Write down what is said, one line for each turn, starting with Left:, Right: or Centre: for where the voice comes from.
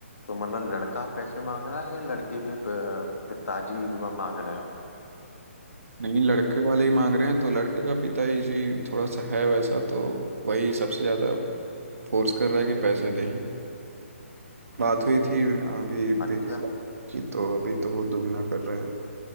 Left: तो मतलब लड़का पैसे मांग रहा है या लड़के के प- पिताजी मांग रहे हैं
Right: नहीं लड़के वाले ही मांग रहे हैं तो लड़के का पिता ही जी थोड़ा सा है वैसा तो वही सबसे ज़्यादा फोर्स कर रहा है कि पैसे दें बात हुई थी अभी
Left: अच्छा
Right: बीस लाख की तो अभी तो वो दुगना कर रहे हैं